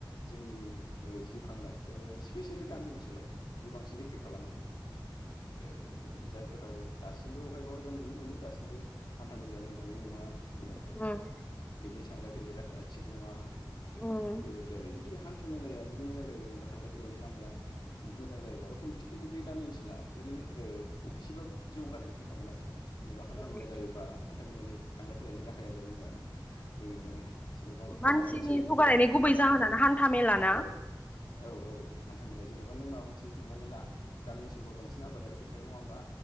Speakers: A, on the left; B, on the left.
A: जोंनि ओ जिउ खांनाय ओ स्पेसियेलि गामि ओनसोलाव बियो बांसिन एफेक्ट खालामो। ओ जायफोराव दासिमबो अहायबा हय बा नुनो मोनो दासिमबो हान्था मेलाया मोजाङै नङा
B: <unintelligible>
A: ओ बिनि थांलाय फैलाय राहाया थिग नङा
B: औ
A: बेबायदि आरो जुदि हान्था मेलाया जुदि मोजां जायोबा जेनेबा थांलाय फैलायनि लामाया उम मोजां जायोब्ला अटमेटिकेलि बे गामि ओनसोला रैनो ओ एसेब्लाबो जौगानाया फैखागोन आरोना। जेनेबा हान्था मेला
B: औ
A: जायोबा हान्था मेलानि थांलाय फैलायनि राहाया जायोबा जोङो जेनेबा मा-माबा
B: मानसिनि
A: मोनसे
B: जौगानायनि गुबै
A: जेनेबा
B: जाहोनानो हान्था मेलाना
A: औ। औ औ बे हान्थामेला जेनेबा नों माबा मोन से हमनानै ला गामि ओनसोलफोराव बांसिन आबादारिफोर थायो नङा होमबा